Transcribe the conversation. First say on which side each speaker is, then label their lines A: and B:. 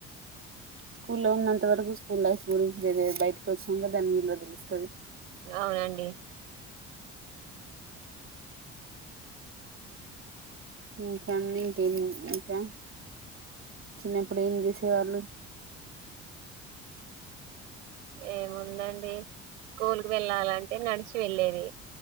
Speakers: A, on the right; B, on the right.
A: స్కూల్లో ఉన్నంత వరకు స్కూల్ లైఫ్ గురించి తెలీదు బయటకి వచ్చినంక దాని విలువ తెలుస్తది
B: అవునండి
A: ఇంకా అండి ఇంకేం ఇంకా చిన్నప్పుడు ఏం చేసేవాళ్ళు
B: ఏముందండి స్కూల్ కు వెళ్ళాలంటే నడిచి వెళ్ళేది